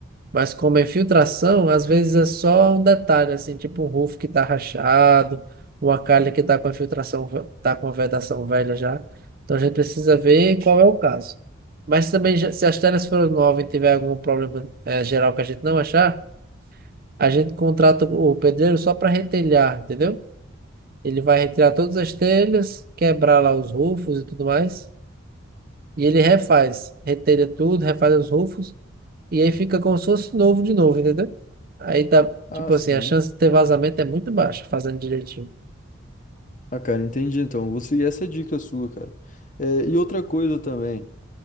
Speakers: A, on the right; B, on the left.
A: Mas como é filtração, às vezes é só um detalhe, assim, tipo um roof que tá rachado, uma calha que tá com a filtração, ve- tá com a vedação velha já. Então a gente precisa ver qual é o caso. Mas também, já- se as telhas forem novas e tiver algum problema eh, geral que a gente não achar, a gente contrata o pedreiro só para retelhar, entendeu? Ele vai retirar todas as telhas, quebrar lá os rufos e tudo mais, e ele refaz, retelha tudo, refaz os rufos e aí fica como se fosse novo de novo, entendeu? Aí dá,
B: Ah,
A: tipo
B: sim.
A: assim, a chance de ter vazamento é muito baixa, fazendo direitinho.
B: Ah, cara, entendi então. Vou seguir essa dica sua, cara. É, e outra coisa também.